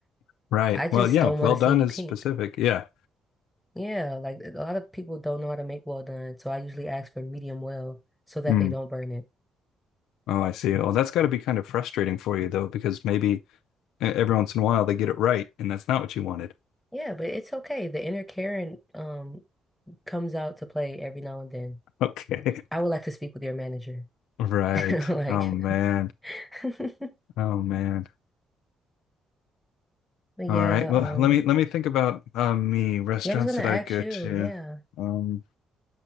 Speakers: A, on the left; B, in the centre.
A: Right.
B: I just
A: Well, yeah.
B: don't want
A: Well
B: to see
A: done
B: any
A: is
B: pink.
A: specific. Yeah.
B: Yeah, like a lot of people don't know how to make well done, so I usually ask for medium well so that
A: Hmm.
B: they don't burn it.
A: Oh, I see. Oh, that's got to be kind of frustrating for you though, because maybe e- every once in a while they get it right, and that's not what you wanted. <laughs>
B: Yeah, but it's okay. The inner Karen um comes out to play every now and then.
A: Okay.
B: I would like to speak with your manager.
A: Right.
B: <laughs> Like
A: Oh man.
B: <laughs>
A: Oh man.
B: But
A: All
B: yeah,
A: right. Well,
B: um,
A: let me let me think about uh, me restaurants
B: yeah, I was gonna
A: that
B: ask
A: I go
B: you,
A: to.
B: yeah.
A: Um,